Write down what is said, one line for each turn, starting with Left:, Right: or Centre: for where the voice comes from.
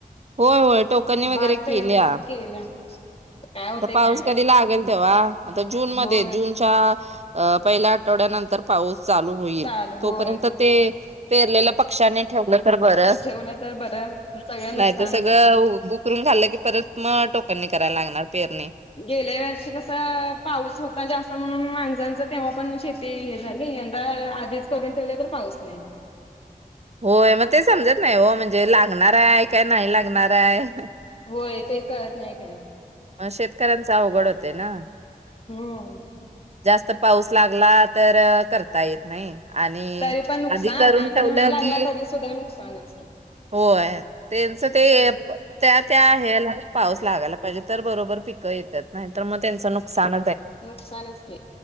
Right: होय होय टोकनी
Left: भात
Right: वगैरे
Left: पेरून
Right: केल्या
Left: <inaudible>
Right: आता पाऊस
Left: काय माहिती
Right: कधी लागेल तेव्हा, आता जून
Left: होय
Right: मध्ये जूनच्या अअ पहिला ठवड्यानंतर पाऊस चालू होईल
Left: चालू
Right: तोपर्यंत
Left: होय
Right: ते पेरलेल पक्ष्यांनी ठेवलं तर बरं,
Left: ठेवलं तर बरं सगळं नुकसानच
Right: नाही तर सगळं
Left: आहे
Right: उकरून खाल्लं की परत मग टोकन निग करायला लागणार पेरणी.
Left: गेल्या वर्षी कसा पाऊस होता जास्त म्हणून मान त्यानंचं तेव्हा पण शेती झाली, यंदा आधीच करून ठेवले तर पाऊस नाही.
Right: होय मग ते समजत नाही हो म्हणजे लागणार आहे? काय नाही लागणार आहे?
Left: होय, ते कळत नाही काय
Right: म शेतकऱ्यांच अवघड होतय ना
Left: हूं
Right: जास्त पाऊस लागला, तर करता येत नाही. आणि
Left: तरी पण नुकसान
Right: आधी करून
Left: आणि
Right: ठेवलं
Left: नाही लागला
Right: की
Left: तरी सुद्धा नुकसानच
Right: होय त्येनंच ते
Left: सगळे
Right: त्या त्या ह्येला पाऊस लागायला पाहिजे तर बरोबर पिक क येत्यात, नाही त म त्यांच नुकसान
Left: नुकसानच ते